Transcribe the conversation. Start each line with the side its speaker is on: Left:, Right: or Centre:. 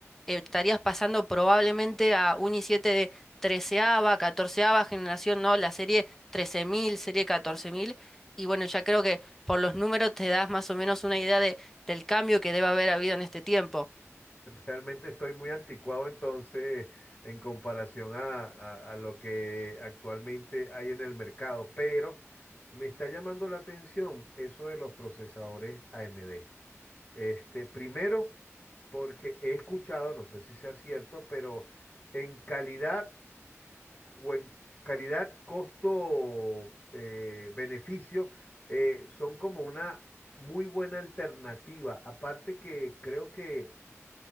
Centre: eh, estarías pasando probablemente a un i siete de treceava, catorceava generación, ¿no? La serie 13000, serie catorce mil, Y bueno, ya creo que por los números te das más o menos una idea de, del cambio que debe haber habido en este tiempo.
Left: Realmente estoy muy anticuado entonces en comparación a, a- a lo que actualmente hay en el mercado, pero me está llamando la atención eso de los procesadores AMD. Este, primero, porque he escuchado, no sé si sea cierto, pero en calidad o en calidad costo eh, beneficio eh, son como una muy buena alternativa. Aparte que creo que